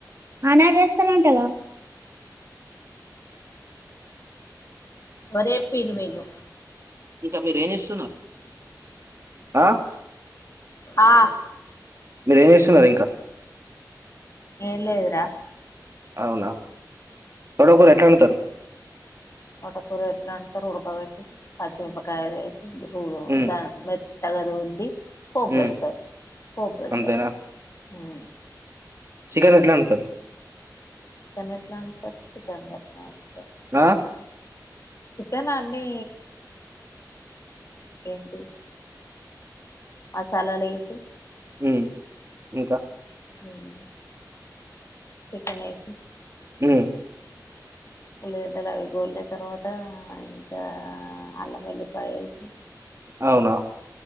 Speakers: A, on the right; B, on the left.
A: అనర్ వేస్తారంటగా
B: ఓరు చెప్పిండ్రు మీకు
A: ఇంకా మీరు ఏం చేస్తున్నారు ఆ
B: ఆ
A: మీరేం చేస్తున్నారు ఇంకా
B: ఏం లేదురా
A: అవునా తోటకూర
B: ఆ
A: ఎట్లుండుతారు
B: తోటకూర ఎట్లా అండుతారు ఉడకబెట్టి పచ్చిమిరపకాయలు వేసి ఓ
A: ఉమ్
B: దాని బెట్ తగదు ఉంది పోపు పెడత
A: ఉమ్
B: పోపు పెడతా
A: అంతేనా
B: ఆన్
A: చికెన్ ఎట్ల వండుతారు
B: చికెన్ ఎట్లా అంటారు చికెన్ గట్లనే
A: ఆ
B: చికెన్ అన్ని ఏంటి మసాలాలు ఏసీ
A: మ్మ్ ఇంకా
B: మ్మ్ చికెన్ అయితే
A: మ్మ్
B: ఉల్లిగడ్డలు అవి గోలిన తర్వాత ఇంకా అల్లం వెల్లిపాయ ఏసి
A: అవునా